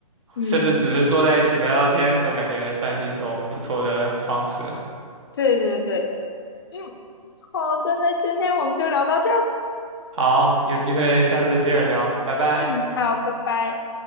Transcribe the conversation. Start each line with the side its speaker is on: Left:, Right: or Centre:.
Left: 嗯，
Right: 甚至只是坐在一起聊聊天，都感觉算是一种不错的方式。
Left: 对对对，嗯，好的，那今天我们就聊到这儿，
Right: 好，有机会下次接着聊，拜拜。
Left: 嗯，好，拜拜。